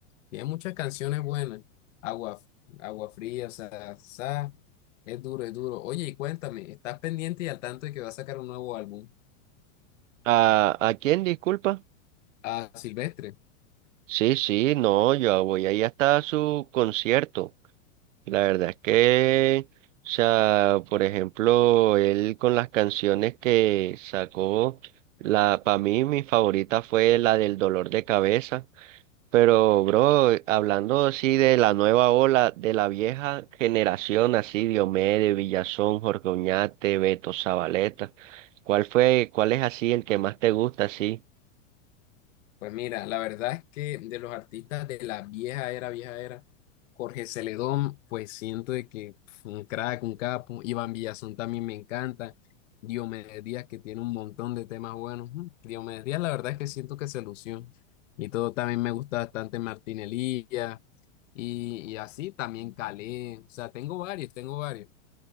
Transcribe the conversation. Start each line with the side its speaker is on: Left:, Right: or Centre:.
Left: tiene muchas canciones buenas, Agua, Agua Fría, o sea, sa- es duro, es duro. Oye, y cuéntame, ¿estás pendiente y al tanto de que va a sacar un nuevo álbum?
Right: ¿A, a quién, disculpa?
Left: A Silvestre.
Right: Sí, sí, no, yo voy ahí hasta su concierto. Y La verdad es que, o sea, por ejemplo, él con las canciones que sacó, la, para mí mi favorita fue la del dolor de cabeza. Pero, bro, hablando así de la nueva ola, de la vieja generación, así, Diomedes, Villazón, Jorge Oñate, Beto Zabaleta, ¿cuál fue, cuál es así el que más te gusta, así?
Left: Pues mira, la verdad es que de los artistas de la vieja era, vieja era, Jorge Celedón, pues siento de que pf, un crack, un capo, Iván Villazón también me encanta, Diomedes Díaz que tiene un montón de temas buenos, mm, Diomedes Díaz la verdad es que siento que se lució, y todo también me gusta bastante Martín Elías, y, y así también Calé, o sea, tengo varios, tengo varios.